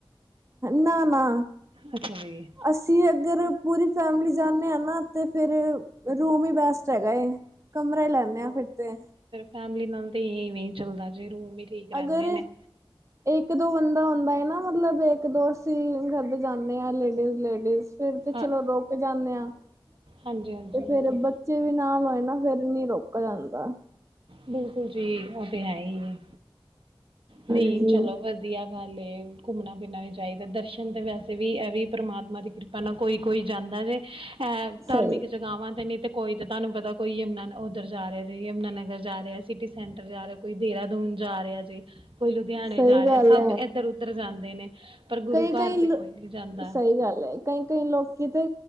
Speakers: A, on the right; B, on the right.
A: ਨਾ -ਨਾ
B: ਅੱਛਾ ਜੀ।
A: ਅਸੀਂ ਅਗਰ, ਪੂਰੀ ਫੈਮਿਲੀ ਜਾਂਦੇ ਹਾਂ, ਨਾ ਤੇ ਫੇਰ ਰੂਮ ਹੀ ਬੈਸਟ ਹੈਗਾ ਏ, ਕਮਰਾ ਹੀ ਲੈਂਣੇ ਆ ਫਿਰ ਤੇ
B: ਫੈਮਲੀ ਨਾਲ ਤੇ ਐ ਵੇਂ ਚੱਲਦਾ ਜੇ ਰੂਮ ਠੀਕ ਰਹਿੰਦੇ
A: ਅਗਰ
B: ਨੇ।
A: ਏਕ ਦੋ ਬੰਦਾ ਹੁੰਦਾ ਹੈ ਨਾ ਮਤਲਬ ਏਕ ਦੋ ਅਸੀਂ ਘਰ ਦੇ ਜਾਨੇ ਆ ਲੇਡੀਸ-ਲੇਡੀਸ। ਫਿਰ ਤੇ
B: ਹਾਂ,
A: ਚਲੋ ਰੁਕ ਜਾਨੇ ਆ ਤੇ
B: ਹਾਂਜੀ-ਹਾਂਜੀ ਉਹ
A: ਫੇਰ
B: ਤੇ
A: ਬੱ ਚੇ ਵੀ ਨਾਲ ਹੋਏ ਨਾ ਫੇਰ ਨੀ ਰੋਕ ਜਾਂਦਾ।
B: ਬਿਲਕੁਲ ਜੀ ਉਹ ਤੇ ਹੈ ਹੀ ਏ ਨਈ
A: ਹਾਂਜੀ
B: ਚਲੋ ਵ ਧੀਆ ਗੱਲ ਏ ਘੁੰਮਣਾ ਫਿਰਨਾ ਵੀ ਚਾਹੀਦਾ ਦਰਸ਼ਨ ਤੇ ਵੈਸੇ ਵੀ ਐਵੀ ਪਰਮਾਤਮਾ ਦੀ- ਕਿਰਪਾ ਨਾਲ ਕੋਈ-ਕੋਈ ਜਾਂਦਾ ਜੇ। ਹਾ
A: ਸਹੀ
B: ਧਾਰਮਿਕ ਜਗ੍ਹਾਵਾਂ ਤੇ ਨੀ ਤੇ ਕੋਈ ਤੇ ਤੁਹਾਨੂੰ ਪਤਾ ਕੋਈ ਯਮੁਨਾ ਉੱਧਰ ਜਾ ਰਿਆ ਵੇ ਯਮੁਨਾਨਗਰ। ਜਾ ਰਿਆ ਸਿਟੀ ਸੈਂਟਰ ਜਾ ਰਿਆ, ਕੋਈ ਦੇਹਰਾਦੂਨ ਜਾ ਰਿਆ ਜੇ, ਕੋਈ ਲੁਧਿਆਣੇ
A: ਸਹੀ
B: ਜਾ ਰਿਆ
A: ਗੱਲ
B: ਸਭ ਏਧਰ ਉ ਧਰ ਜਾਂਦੇ ਨੇ। ਪਰ ਗੁਰੂ
A: ਕਈ-ਕਈ
B: ਘਰ ਤੇ ਕੋਈ
A: ਲ
B: ਨਹੀਂ ਜਾਂਦਾ
A: ਸਈ ਗੱਲ ਐ ਕਈ ਕਈ ਲੋਕੀ ਤੇ